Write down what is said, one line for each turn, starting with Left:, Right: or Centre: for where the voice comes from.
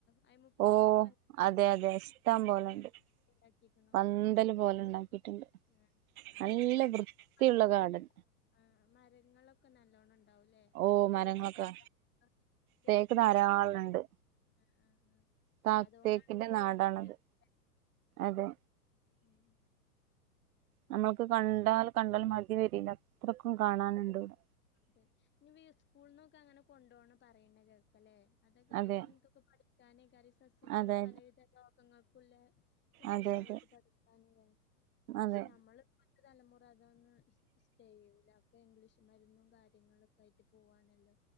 Left: അയി മ പൂവൊക്കെ
Right: ഓ
Left: വന്നന്ത
Right: അതെ അതെ ഇഷ്ടം പോലെണ്ട്
Left: <unintelligible> ഇണ്ടാക്കിക്കണു
Right: പന്തല് പോലെ ഉണ്ടാക്കിയിട്ടുണ്ട്
Left: ആഹ് അതൊണ്ട്
Right: നല്ല
Left: തണൽ
Right: വൃത്തിയുള്ള
Left: മരങ്ങളൊക്കെ
Right: ഗാർഡൻ
Left: ആ മരങ്ങളൊക്കെ നല്ലോണം ഉണ്ട് ഉണ്ടാവൂല്ലെ
Right: ഓ
Left: തേക്ക്
Right: മരങ്ങളൊക്കെ
Left: ക <unintelligible> തേക്കിന്റെ
Right: തേക്ക് ധാരാളണ്ട്
Left: ഒരു ആഹ് ആഹ് ആഹ്
Right: ത
Left: അതുകൊണ്ടാണ്
Right: തേക്കിന്റെ
Left: <unintelligible>
Right: നാടാണത് അതെ
Left: ഉം
Right: നമ്മൾക്ക് കണ്ടാൽ കണ്ടാലും മതി വരില്ല അത്രക്കും കാണാനുണ്ട് ഇവടെ
Left: അതെ ഇനി സ്കൂളന്നോക്കെ അങ്ങനെ കൊണ്ട് പോന്ന് പറയുന്ന കേൾക്കല്ലേ അതൊക്കെ ആങ്ങനെന്തു
Right: അതെ
Left: പഠിക്കാനെ കരി സസ്യങ്ങള്
Right: അതെ
Left: പലവിധ രോഗങ്ങൾക്കുള്ള സസ്യങ്ങളൊക്കെ
Right: അതെ അതെ
Left: പഠിക്കാന് ലെ പക്ഷെ
Right: അതെ
Left: നമ്മള് ഇപ്പത്തെ തലമുറ അതൊന്നും ചെയ്യൂല ഒക്കെ ഇംഗ്ലീഷ് മരുന്നും കാര്യങ്ങളൊക്കെ ആയിട്ട് പോവാണല്ലോ